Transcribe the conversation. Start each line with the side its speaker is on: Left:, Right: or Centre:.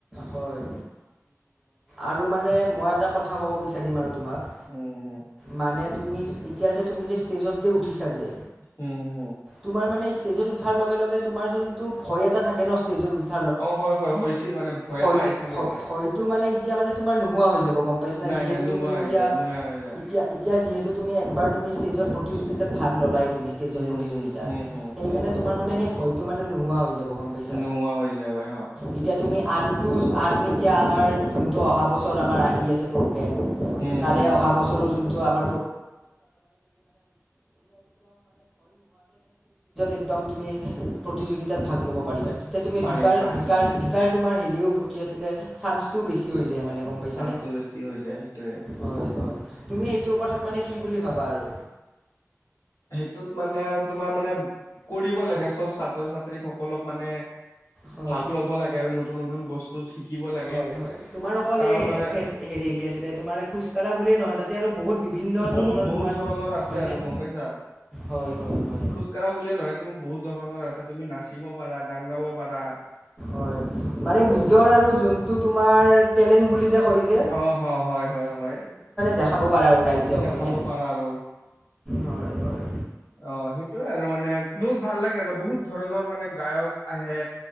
Centre: হয় আৰু মানে মই এটা কথা ক'ব বিচাৰিম আৰু তোমাক
Left: উম উম
Centre: মানে তুমি এতিয়া যে তুমি যে ষ্টেজত যে উঠিছা যে
Left: হম হুম হুম
Centre: তোমাৰ মানে ষ্টেজত উঠাৰ লগে লগে তোমাৰ যোনটো ভয় এটা থাকে ন ষ্টেজত
Left: অ হয় হয় হৈছিল মানে ভয় এটা
Centre: হয়তটো
Left: আহিছিল ৰবা
Centre: মানে এতিয়া মানে তোমাৰ নোহোৱা হৈ যাব গম পাইছ না
Left: নাই
Centre: যিহেতু
Left: নাই নোহোৱা
Centre: তুমি এতিয়া
Left: হৈ যায় নোহোৱা হৈ যায়
Centre: এতিয়া এতিয়া যিহেতু তুমি একবাৰ তুমি ষ্টেজত প্ৰতিযোগিতাত ভাগ ল'লাই তুমি ষ্টজৰ
Left: উম
Centre: প্ৰতিযোগিতাত
Left: হম হম হম
Centre: সেই কাৰণে তোমাৰ মানে সেই ভয়টো মানে নোোৱা হৈ যাব পছা
Left: নোহোৱা হৈ যায় হয়
Centre: এতিয়া তুমি আন আন এতিয়া আমাৰ যোনটো অহা বছৰ আমাৰ আহি আছে েম
Left: উম,
Centre: তাৰে
Left: হম, হম
Centre: অহা বছৰ া ম একদম তুমি প্ৰতিযোগিতাত ভাগ ল'ব পাৰিবা তেতিয়া তুমি
Left: পাৰিম
Centre: জিকাৰ
Left: পাৰিম
Centre: জিকাৰ জিকাৰ তোমাৰ হেৰিয়ও প্ৰতিক আছিলে চান্সটোও বেছি হৈ যায় মানে পাইছানে
Left: চান্সটো বেছি হৈ যায় সেইটোোৱে
Centre: হয় হয় তুমি এইটো কথাত মানে কি বুলি ভাবা আৰু
Left: সেইটোত মানে আৰু তোমাৰ মানে কৰিব লাগে চব ছাত্ৰ ছাত্ৰী সকলক মানে
Centre: হয়
Left: ভাগ ল'ব লাগে আৰু নতুন নতুন বস্তু শিকিব লাগে
Centre: হয় হয় তোমাৰ অকল
Left: কাৰণ
Centre: এই
Left: মানে
Centre: ফেচ হেৰি কি আছিলে তোমাৰ খোজকাঢ়া বুলিয়ে নহয় তাত তাতে আৰু বহুত বিভিন্ন
Left: বহুত
Centre: ধৰণৰ
Left: বহুত
Centre: তোমাৰ
Left: ধৰণৰ আছে
Centre: হয়নে
Left: আৰু গম পাইছা
Centre: হয় হয় হয়
Left: খোজ কঢ়া বুলে নহয় তুমাৰ বহুত ধৰণৰ আছে তুমি নাচিব পাৰা গান গাব পাৰা
Centre: হয় মানে
Left: আৰু
Centre: নিজৰ আৰু যোনটো তোমাৰ টেলেণ্ট বুলি যে কৈছে
Left: অ হয় হয় হয় হয়
Centre: দেখাব পাৰে আৰু। ৰাইজক
Left: দেখাব
Centre: হয়নে
Left: পাৰা আৰু?
Centre: হয়, হয়।
Left: অ'! সেইটোৱে আৰু মানে, বহুত ভাল লাগে আৰু! বহুত ধৰণৰ মানে, গায়ক আহে।